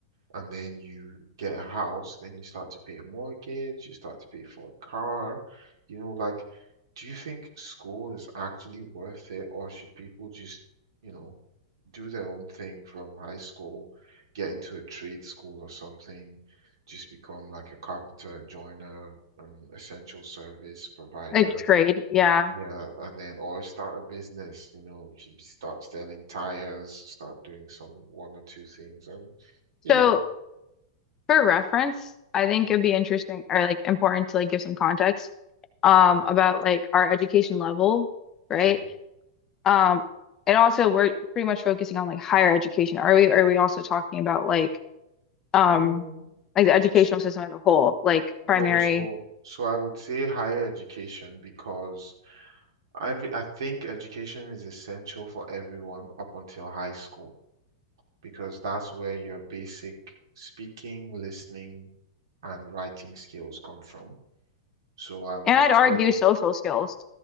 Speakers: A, on the right; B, on the left.
A: and then you get a house, then you start to pay a mortgage, you start to pay for a car. You know, like, do you think school is actually worth it or should people just, you know, do their own thing from high school, get into a trade school or something, just become like a carpenter, joiner, an essential service provider.
B: Like trade, yeah.
A: Yeah, and then or start a business, you know, you should be- start selling tires, start doing some one or two things and you
B: So
A: know.
B: for reference, I think
A: Mhm.
B: it'd be interesting or like important to like give some context um
A: Okay.
B: about like our education level, right?
A: Mm.
B: Um, and also we're pretty much focusing on like higher education. Are we are we also talking about like um
A: Mm,
B: like the educational
A: s-
B: system as a whole, like
A: No,
B: primary
A: so so I would say higher education because I I think education is essential for everyone up until high school. because that's where your basic speaking, listening, and writing skills come from. So I would
B: and
A: expect,
B: I'd argue social skills.